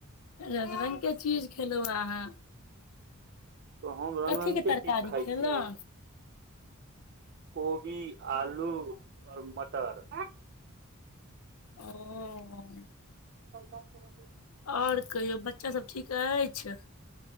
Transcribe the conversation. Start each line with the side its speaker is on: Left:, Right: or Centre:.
Left: रंग रंगके चीज खेलहुं अहां
Right: हम रंग
Left: कथिके
Right: रंग के
Left: तरकारी
Right: चीज खाइ
Left: खेलहुं
Right: छियै कोबी आलू और मटर
Left: ओ
Right: <unintelligible>
Left: और कहियौ बच्चा सब ठीक अछि।